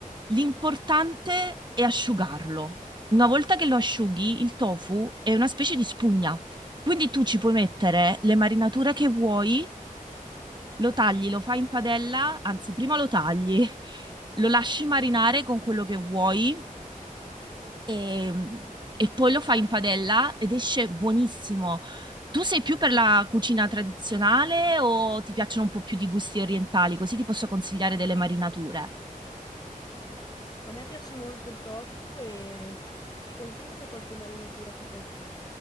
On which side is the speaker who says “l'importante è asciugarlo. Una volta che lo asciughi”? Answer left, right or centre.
Right